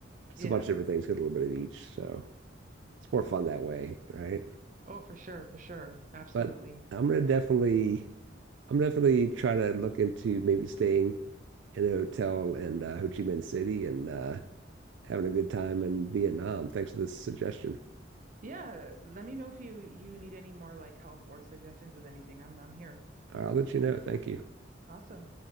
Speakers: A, on the right; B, on the right.
A: just
B: yeah.
A: a bunch of different things, get a little bit of each. So it's more fun that way, right?
B: Oh, for sure, for sure. Absolutely.
A: But I'm gonna definitely, I'm definitely try to look into maybe staying in a hotel in uh, Ho Chi Minh City and uh, having a good time in Vietnam. Thanks for this suggestion.
B: Yeah. Let me know if you you need any more like help or suggestions with anything. I'm I'm here.
A: All right, I'll let you know. Thank you.
B: Awesome.